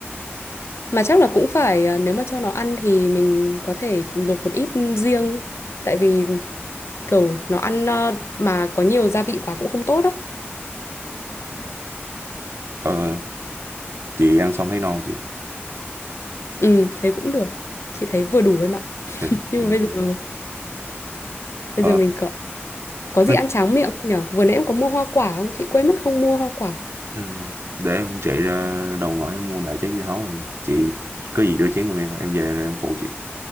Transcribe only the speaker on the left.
mà chắc là cũng phải, ờ, nếu mà cho nó ăn thì mình có thể luộc một ít riêng. Tại vì kiểu nó ăn ờ, mà có nhiều gia vị quá cũng không tốt á.
Ừ, thấy cũng được. Chị thấy vừa đủ em ạ.
Nhưng
mà
bây
giờ, bây
giờ mình có, có gì
ăn tráng miệng không nhở? Vừa nãy em có mua hoa quả không? Chị quên mất không mua hoa quả.